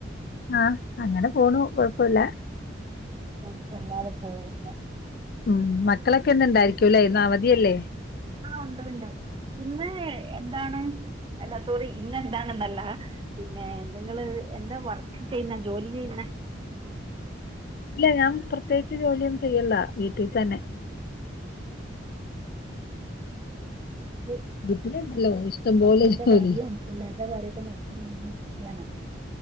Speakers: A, on the left (about 50°); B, on the right (about 25°).
A: ആഹ് അങ്ങനെ പോണു കൊഴപ്പില്ല
B: കുഴപ്പല്ലാതെ പോകുന്നു
A: ഉം മക്കളൊക്കെ ന്ന് ഇണ്ടായിരിക്കുംല്ലേ ഇന്ന് അവധിയല്ലേ
B: ആഹ് ഉണ്ട് ഉണ്ട് ഇന്ന് എന്താണ് അല്ല സോറി ഇന്നെന്താണെന്നല്ല പിന്നെ നിങ്ങള് എന്താ വർക്ക് ചെയ്യുന്നേ. ജോലി ചെയ്യുന്നേ.
A: ഇല്ല ഞാൻ പ്രത്യേയിച്ച് ജോലിയൊന്നും ചെയ്യ് ല്ല വീട്ടിൽ തന്നെ..
B: ഉം ഉം <unintelligible>
A: വീട്ടിലുണ്ടല്ലോ ഇഷ്ടം
B: ഭർത്താവിന്റെ
A: പോലെ ജോലി
B: കാര്യോം പിള്ളേരുടെ കാര്യോ ഒക്കെ നോക്കിങ്ങനെരി ക്ക്യാണ്